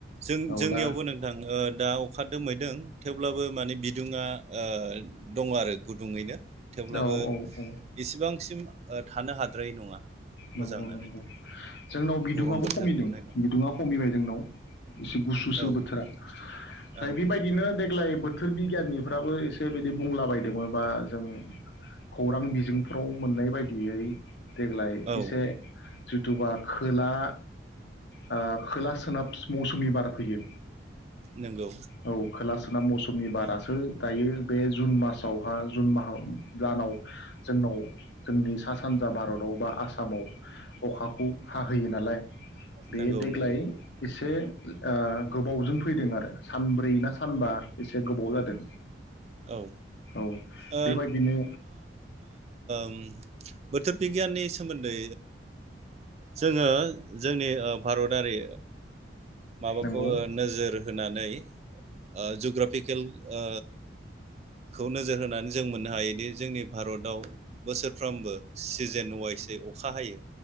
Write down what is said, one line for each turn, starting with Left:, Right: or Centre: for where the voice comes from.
Right: जों
Left: औ
Right: जोंनियावबो
Left: दा
Right: नोंथां दा अखादोंमैदों थेवब्लाबो माने बिदुुं‌ आ दङ आरो। दुङैनो थेवब्लाबो
Left: औ औ औ
Right: इसिबांसिम ओ थानो हाद्रायै नङा मोजाङानो
Left: नंगौ नंगौ जोंनाव बिदुङआबो
Right: गरम बोथोरखौ
Left: खमिदों
Right: नायनानै
Left: बिदुङा खमिबाय जोंनाव एसे गुसुसो
Right: औ
Left: बोथोरा
Right: औ
Left: बेबायदिनो देग्लाय बोथोर बिगियनिफ्राबो एसे बिदि बुंलाबायदोंमोन बा जों खौरां बिजोंफ्राव मोननाय बायदियै देग्लाय एसे
Right: औ
Left: जिथुबा खोला ओ खोला सोनाब मौसुमि बा फैयो
Right: नंगौ
Left: औ खोला सोनाब मौसुमि बारासो दायो बे जुन मासावहा जुन म दानाव जोंनाव जोंनि सा सानजा भारताव बा आसाम आसामाव अखाखौ हाहोयो नालाय बे
Right: नंगौ
Left: देग्लाय
Right: नंगौ
Left: एसे ओ गोबावजों फैदों आरो सानब्रै ना सानबा एसे गोबाव जादों
Right: औ
Left: औ
Right: ओ
Left: बेबायदिनो
Right: उम बोथोर बिगियाननि सोमोन्दै जोङो जोंनि भारतारि माबाखौ
Left: नंगौ
Right: ओ नोजोर होनानै ओ जुग्राफिकेल ओ खौ नोजोर होनानै जों मोननो हायोदि जोंनि भारताव बोसोरफ्रोमबो सिजेन वाइसै अखा हायो